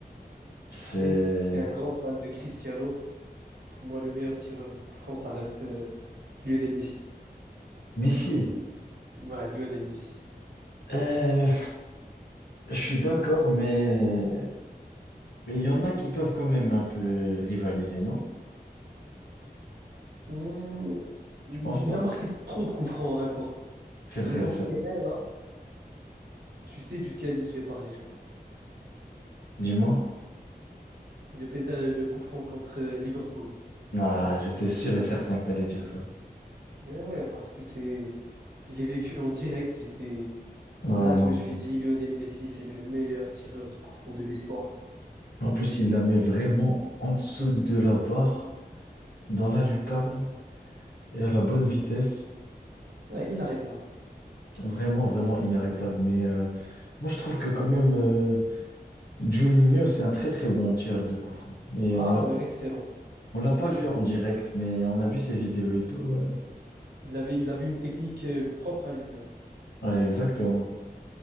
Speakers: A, on the left (about 85°); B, on the right (about 75°).
A: C'est
B: Même si j'étais un grand fan de Cristiano, pour moi, le meilleur tireur de coup franc, ça reste euh, Lionel Messi.
A: Messi.
B: Ouais, Lionel Messi.
A: Euh, je suis d'accord, mais mais il y en a qui peuvent quand même un peu rivaliser, non?
B: Mmh, Il
A: Tu penses pas?
B: a marqué trop de coups francs importants.
A: C'est
B: Je
A: vrai,
B: vais t'en
A: ça.
B: citer un là. Tu sais duquel je vais parler, je crois.
A: Dis-moi.
B: Le, pén- euh, le coup franc contre euh, Liverpool.
A: Ah, j'étais sûr et certain que tu allais dire ça.
B: Mais ouais, parce que c'est, je l'ai vécu en direct. J'étais
A: Ouais,
B: là,
A: moi
B: je me
A: aussi.
B: suis dit, Lionel Messi, c'est le meilleur tireur de coup franc de l'histoire.
A: En plus, il la met vraiment en dessous de la barre, dans la lucarne et à la bonne vitesse.
B: Ouais, inarrêtable.
A: Vraiment, vraiment inarrêtable. Mais euh, moi, je trouve que quand même, euh, Juninho, c'est un très très bon tireur de coup franc. Mais
B: Ah
A: on l'a,
B: ouais, excellent,
A: on l'a
B: excellent.
A: pas vu en direct, mais on a vu ses vidéos et tout. Ouais,
B: Il avait, il avait une technique euh, propre à lui-même.
A: Ouais, exactement.